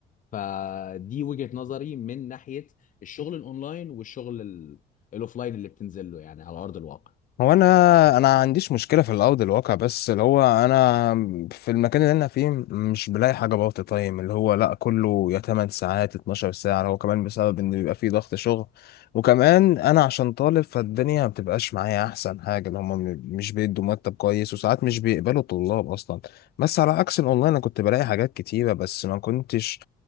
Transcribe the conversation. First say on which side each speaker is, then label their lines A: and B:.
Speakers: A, on the left; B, on the left.
A: فدي وجهة نظري من ناحية الشغل الاونلاين والشغل ال- الاوفلاين اللي بتنزل له يعني على ارض الواقع
B: هو انا انا عنديش مشكله في الارض الواقع بس اللي هو انا في المكان اللي انا فيه مش بلاقي حاجه بارت تايم اللي هو لا كله يا 8 ساعات 12 ساعه اللي هو كمان بسبب ان بيبقى فيه ضغط شغل وكمان انا عشان طالب فالدنيا ما بتبقاش معايا احسن حاجه اللي هم م- مش بيدوا مرتب كويس وساعات مش بيقبلوا الطلاب اصلا بس على عكس الاونلاين انا كنت بلاقي حاجات كتيره بس ما كنتش